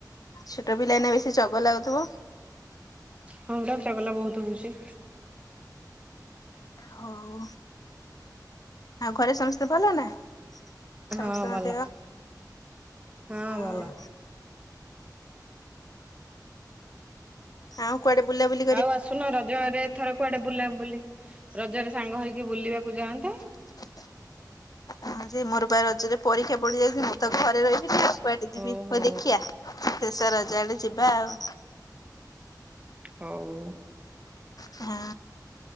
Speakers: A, on the left; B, on the right.
A: ଛୋଟ ପିଲାଇନା ବେଶୀ ଚଗଲା ହଉଥିବ।
B: ହଁବା ଚଗଲା ବହୁତ ହଉଛି।
A: ହଉ। ଆଉ ଘରେ ସମସ୍ତେ ଭଲ ନା? ସମସ୍ତଙ୍କ
B: ହଁ ଭଲ
A: ଦେହ
B: ହଁ
A: ଆଉ
B: ଭଲ
A: ଆଉ କୁଆଡେ ବୁଲା ବୁଲି
B: ଆଉ ଆସୁନ ରଜରେ ଆରେ ଏଥର କୁଆଡେ ବୁଲା ବୁଲି ରଜରେ ସାଙ୍ଗ ହେଇକି ବୁଲିବାକୁ ଯାଆନ୍ତେ।
A: ହଁ <unintelligible> ହଁ ସେ ମୋର ବା ରଜରେ ପରୀକ୍ଷା ପଡିଯାଇଛି ମୁଁ ତ ଘରେ ରହିବିନି କୁଆଡେ ଯିବି
B: ଓହୋ
A: ହଉ ଦେଖିଆ। ଶେଷ ରଜ ଆଡେ ଯିବା ଆଉ
B: ହଉ।
A: ହଁ